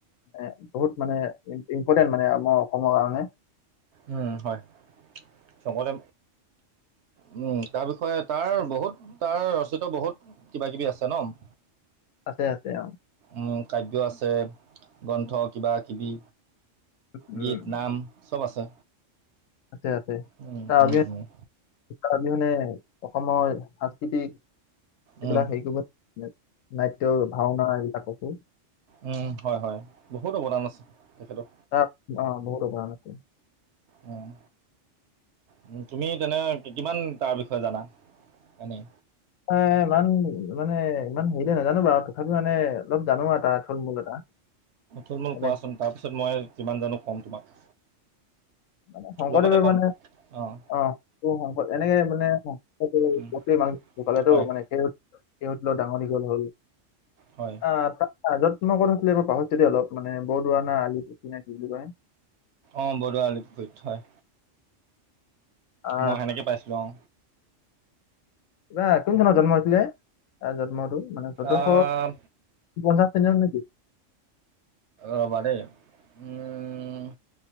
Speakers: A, on the left; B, on the right.
A: এ, বহুত মানে ইম্পৰ্টেণ্ট মানে আমাৰ অসমৰ কাৰণে।
B: উম, হয়। চকলে
A: <inaudible>
B: উম, তাৰ বিষয়ে তাৰ বহুত তাৰ ৰচিত বহুত কিবা কিবি আছে ন'।
A: আছে আছে অ'।
B: উম, কাব্য আছে গ্ৰন্থ কিবা কিবি।
A: উম
B: গীত নাম চব আছে।
A: <unintelligible> তাৰ
B: উম, উম,
A: অবিহনে
B: উম,
A: অসমৰ সাংস্কৃতিক এইবিলাক
B: উম,
A: হেৰি কৰিব <inaudible> নাট্য ভাওনা এইবিলাককো।
B: উম, হয় হয় বহুত অৱদান আছে। তেখেতৰ
A: <unintelligible> বহুত অ' <unintelligible>
B: উম। উম, তুমি তেনে কিমান তাৰ বিষয়ে জানা, এনে।
A: মই ইমান মানে ইমান হেৰিকে নাজানো বাৰু তথাপি মানে অলপ জানো আৰু তাৰ থূল মূল এটা।
B: থূল মূল
A: মানে
B: কোৱাচোন তাৰপিছত মই কিমান জানো কম তোমাক।
A: মানে শংকৰদেৱে
B: লগতে ক'ম
A: মানে।
B: অঁ
A: অ' শংকৰ এনেকে মানে <unintelligible>
B: উম,
A: ঢুকালেতো।
B: হয়
A: সিহঁতৰ লগত ডাঙৰ দীঘল হ'ল।
B: হয়
A: অ' <unintelligible> অ' য'ত তোমাৰ ক'ত আছিলে এইবোৰ পাহৰিছোঁ দে অলপ মানে বৰদোৱা নে আলি পুখুৰী নাই কি বুলি কয়।
B: অ' বৰদোৱা আলি পুখুৰীত হয়।
A: আহ
B: মই সেনেকে পাইছিলোঁ আৰু।
A: কিবা কোন চনত জন্ম হৈছিলে, জন্মটো। মানে চৈধ্যশ
B: আহ,
A: পঞ্চাশ <unintelligible> নেকি।
B: অ' বাৰে উম।